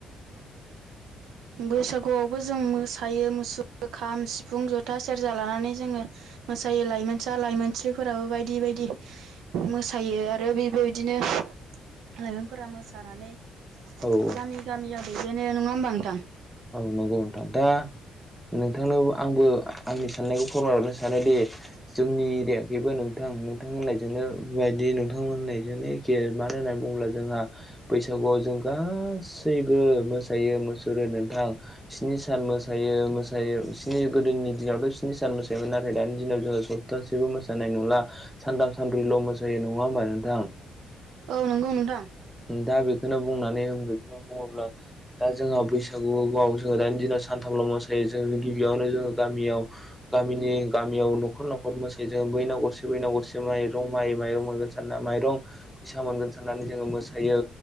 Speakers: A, in the centre; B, on the right (about 80°).
A: <inaudible>
B: बैसागुआवबो जों मोसायो मुसुरो खाम सिफुं जथा सेरजा लानानै जोङो मोसायो लाइमोनसा लाइमोनस्रिफोराबो बायदि बायदि मोसायो आरो बेबायबायदिनो
A: <inaudible>
B: लाइमोनफोरा मोसानानै
A: औ औ
B: गामि गामियाव दैदेनो नङा होमबा नोंथां?
A: औ नंगौ नोंथां। दा नोंथांनो आंबो आंनि साननायखौ फोरमायहरनो सानोदि जोंनि एरियाखैबो नोंथां नोंथां होननायजोंनो बे बायदि नोंथां होननायजोंनो एखे मानो होननानै बुङोब्ला जोंहा बैसागु खौ जों गासैबो मोसायो मुसुरो थां, स्नि सान मोसायो मोसायो स्नि गोदोनि दिनावथ स्नि सान मोसायोमोन नाथाय दानि दिन जों सप्तासेबो मोसानाय नंला सानथाम सानब्रैल' मोसायो नङा होमबा नोंथां?
B: औ नंगौ नोंथां
A: दा बेखौनो बुंनानै बेखौनो बुङोब्ला दा जोंहा बैसा सागुआव जोङो दानि दिनाव सानथामल मोसायो जों गिबियावनो जोङो गामियाव गामिनि गा मियाव नखर नखर मोसायो जै बैनाव गरसे बैनाव गरसे माइरं माइ माइरं मोनगोन साना माइरं फैसा सा मोनगोन साननानै जोङो मोसायो